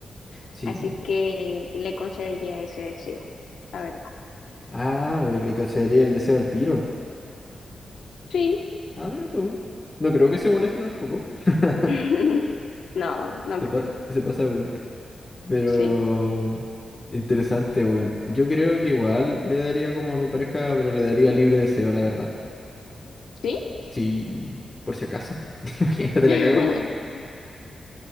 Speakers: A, on the left; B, on the left.
A: Sí.
B: así que le concedería ese deseo, la verdad.
A: Ah, eh, le concedería el deseo al tiro.
B: Sí.
A: Ah, mira tú. No creo que se moleste tampoco. <laughs>
B: <laughs> No, no
A: Se,
B: creo.
A: pa- se pasa, de weón. Pero...
B: Sí.
A: Interesante, weón. Yo creo que igual le daría como a mi pareja, pero le daría libre deseo, la verdad.
B: ¿Sí?
A: Sí, por si acaso. <laughs> Imagínate
B: <laughs>
A: la cago.